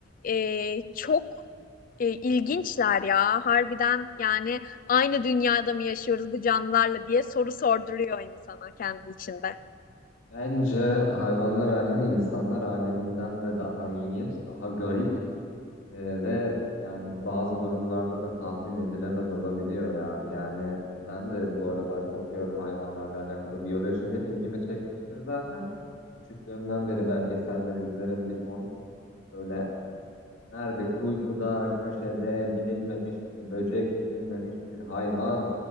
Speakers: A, on the left; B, on the left.
A: e, çok e, ilginçler ya. Harbiden yani aynı dünyada mı yaşıyoruz bu canlılarla diye soru sorduruyor insana kendi içinde.
B: Bence hayvanlar alemi insanlar aleminden de daha ilginç, daha garip e, ve yani bazı durumlarda da tahmin edilemez olabiliyor ya. Yani ben de bu aralar okuyorum hayvanlarla alakalı. Biyoloji hep ilgimi çekmiştir zaten. Küçüklüğümden beri belgeseller izlerim bir ton. Böyle nerede kuytuda, köşede bilinmemiş bir böcek, bilinmemiş bir hayvan.